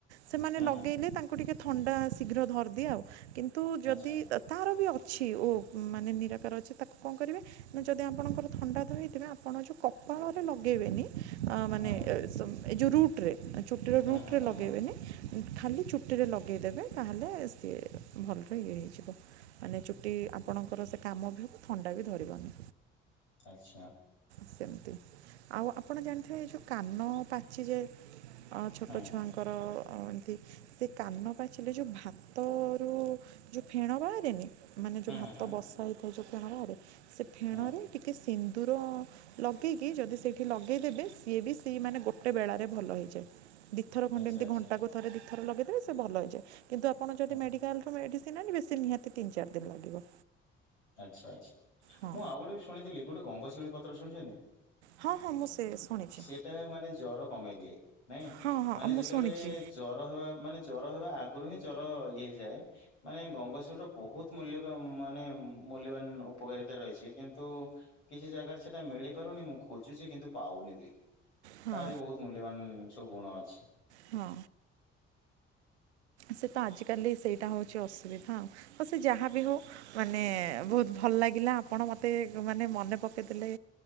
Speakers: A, on the right; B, on the left.
A: ସେମାନେ
B: ହୁଁ
A: ଲଗେଇଲେ
B: ହୁଁ
A: ତାଙ୍କୁ ଟିକେ ଥଣ୍ଡା ଶୀଘ୍ର ଧରିଦିଏ ଆଉ। କିନ୍ତୁ ଯଦି
B: ଆଚ୍ଛା
A: ଅ, ତାର ବି ଅଛି ଓ ମାନେ ନିରାକାର ଅଛି, ତାକୁ କଣ କରିବେ ନା ଯଦି ଆପଣଙ୍କର ଥଣ୍ଡା ଦେହ ହେଇଥିବେ ଆପଣ ଯୋଉ କପାଳରେ ଲଗେଇବେନି। ଅ, ମାନେ
B: ହୁଁ ହୁଁ
A: ଏ -ସ ଏଇ ଯୋଉ ରୁ ଟ୍ରେ ଚୁଟିର
B: ହୁଁ
A: ରୁଟ୍
B: ହୁଁ
A: ରେ
B: ହୁଁ
A: ଲଗେଇବେନି।
B: ହୁଁ
A: ଖାଲି ଚୁଟି ରେ ଲଗ। <inaudible> ତାହେଲେ ସିଏ ଭଲରେ ଇଏ ହେଇଯିବ ମାନେ ଚୁଟି ଆପଣଙ୍କର ସେ କାମ ବି ହେବ ଥଣ୍ଡା ବି ଧରିବନି।
B: ଆଛା।
A: ସେମିତି ଆଉ ଆପଣ ଜାଣିଥିବେ ଏ ଯୋଉ କାନ ପାଚି ଯାଏ। ଆ ଛୋଟ
B: ହୁଁ
A: ଛୁଆଙ୍କର। <unintelligible> ସେ କାନ ପାଚିଲେ ଯୋଉ ଭାତରୁ ଯୋଉ ଫେଣ ବାହାରେନି। ମାନେ ଯୋଉ
B: ହୁଁ
A: ଭାତ
B: ହୁଁ
A: ବସା ହେଇଥାଏ ଯୋଉ। <unintelligible> ସେ ଫେଣରେ
B: ହୁଁ ହୁଁ
A: ଟିକେ ସିନ୍ଦୁର ଲଗେଇକି ଯଦି ସେଇଠି ଲଗେଇଦେବେ ସିଏ ବି ସେ ମାନେ ଗୋଟେ ବେଳାରେ ଭଲ ହେଇଯାଏ। ଦିଥର ଖଣ୍ଡେ
B: ଆଚ୍ଛା ଆଚ୍ଛା
A: ଏମତି ଘଣ୍ଟାକୁ ଥରେ। ଥର ଲଗେଇଦେବେ ସେ ଭଲ। <unintelligible> କିନ୍ତୁ ଆପଣ ଯଦି
B: ହୁଁ
A: ମେଡିକାଲରୁ
B: ହୁଁ
A: ମେଡିସି <unintelligible> ନିହାତି ତିନି ଚାରି ଦିନ ଲାଗିବ।
B: ଆଛା ଆଛା।
A: ହଁ
B: ମୁଁ ଆଉ ଗୋଟେ ବି ଶୁଣିଥିଲି ଗୋଟେ ଗଙ୍ଗଶିଉଳି <unintelligible> ସୁନିଚନ୍ତି
A: ହଁ ହଁ ମୁଁ ସେ ଶୁଣିଛି
B: ସେଟା ମାନେ ଜର କମେଇ ଦିଏ ନାଇଁ
A: ହଁ ହଁ
B: ମାନେ
A: ମୁଁ
B: ଯେତେବେଳେ
A: ଶୁଣିଛି
B: ଜର ହେବା ମାନେ ଜର ହେବା ଆଗ ଆଗୁରୁ ହିଁ ଜର ଇଏହେଇଯାଏ ମାନେ ଗଙ୍ଗଶିଉଳି ର ବହୁତ ମୂଲ୍ୟ ଉଁ ମାନେ ଉଁ ମୂଲ୍ୟବାନ ଉପକାରିତା ରହିଛି କିନ୍ତୁ କିଛି ଜାଗାରେ ସେଟା ମିଳି ପାରୁନି ମୁଁ ଖୋଜୁଛି କିନ୍ତୁ ପାଉନି ବି
A: ହଁ
B: ତାର ବହୁତ ମୂଲ୍ୟବାନ। ସବୁ ଗୁଣ ଅଛି।
A: ହଁ। ସେ ତ ଆଜିକାଲି ସେଇଟା ହଉଛି ଅସୁବିଧାଉ। ଯାହା ବିି ହଉ ମାନେ। ବହୁତ ଭଲ ଲାଗିଲା ଆପଣ ମୋତେ ମାନେ ମନେ ପକାଇ ଦେଲେ